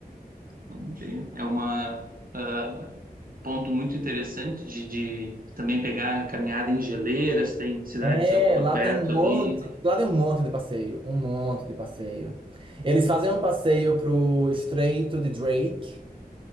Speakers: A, on the right; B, on the right.
A: Enfim, É uma... ah, ponto muito interessante de, de também pegar caminhada em geleiras, tem cidades
B: É,
A: por
B: lá
A: perto
B: tem um monte,
A: ali,
B: lá tem um monte de passeio, um monte de passeio. Eles fazem um passeio pro Estreito de Drake,